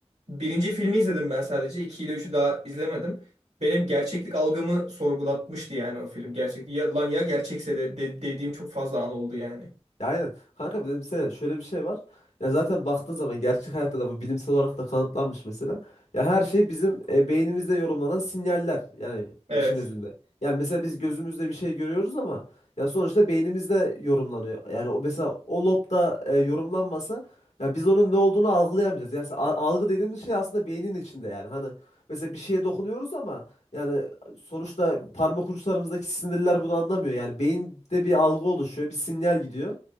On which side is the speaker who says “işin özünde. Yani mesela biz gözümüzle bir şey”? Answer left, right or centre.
Left